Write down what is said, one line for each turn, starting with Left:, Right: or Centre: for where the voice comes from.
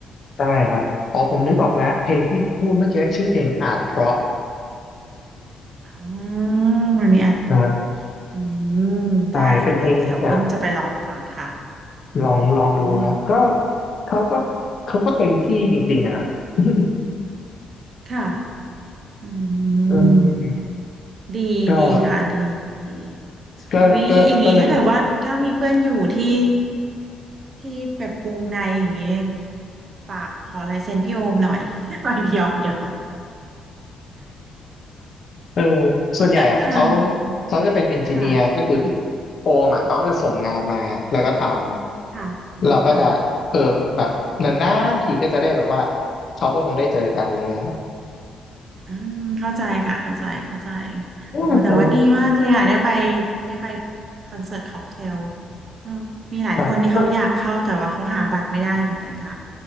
Left: ได้ครับอ๋อผมนึกออกแล้วเพลงที่พูดเมื่อกี้ชื่อเพลงอาจเพราะ
Right: อ๋อมันมีอ่ะ
Left: นะฮะ
Right: อืมได้ค่ะเดี๋ยวเดี๋ยวอ้นจะไปลองฟังค่ะ
Left: ใช่เป็นเพลงจากลองลองดูครับก็
Right: อืม
Left: เขาก็เขาก็เต็มที่จริงๆอะครับ <laughs>
Right: ค่ะอืม
Left: เออ
Right: ดีดีค่ะดีดีดี
Left: ก็ก็ก็ก็เลย
Right: อุ๊ยอย่างนี้ถ้าเกิดว่าถ้ามีเพื่อนอยู่ที่ที่แบบวงในอย่างนี้ฝากขอลายเซ็นพี่โอมหน่อย <laughs> หน่อยหยอกหยอก
Left: เออส่วนใหญ่อ่ะเขา
Right: ค่ะอืม
Left: เขาจะเป็นเอนจิเนียร์ก็คือพี่
Right: ค่ะ
Left: โอมอ่ะเขาก็จะส่งงานมาแล้วก็ทำ
Right: ค่ะ
Left: เราก็จะเออแบบนานๆทีก็จะได้แบบว่า
Right: ค่ะ
Left: เขาก็คงได้เจอกันอะไรเลยครับ
Right: อืมเข้าใจค่ะเข้าใจเข้าใจ
Left: อืมเออ
Right: โอ้แต่ว่าดีมากเลยอ่ะได้ไปได้ไปคอนเสิร์ตค็อกเทลอืมมีหลายคนที่เขาอยากเข้าแต่ว่าเขาหาบัตรไม่ได้เหมือนกันค่ะ
Left: ครับ